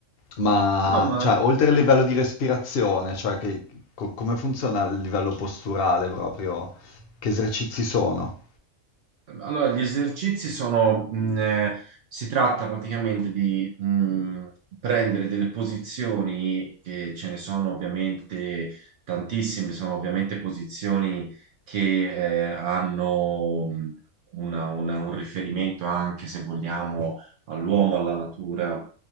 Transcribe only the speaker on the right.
No, ma
Eh,
Allora, gli esercizi sono, mh, eh, si tratta praticamente di mh, prendere delle posizioni, che ce ne sono ovviamente tantissime, sono ovviamente posizioni che eh, hanno mh, una- una- un riferimento anche, se vogliamo, all'uomo, alla natura,